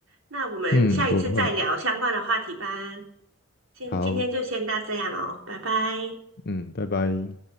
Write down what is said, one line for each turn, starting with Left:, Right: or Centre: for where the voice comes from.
Right: 那我们下一次再聊相关的话题吧。
Left: 嗯，不会。
Right: 先今天就先到这样哦，
Left: 好，
Right: 拜拜。
Left: 嗯，拜拜。